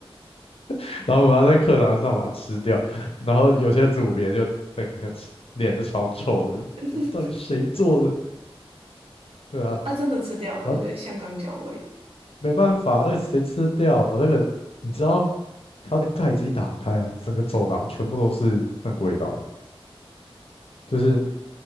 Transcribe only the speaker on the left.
<laughs> 然后我们要在课堂上把它吃掉，然后有些组别就整个吃脸就超臭的，
呃到底谁做的？对啊，
然后没办法，那个谁吃得掉那个，你知道它的盖子一打开啊，整个走廊全部都是那个味道的，就是。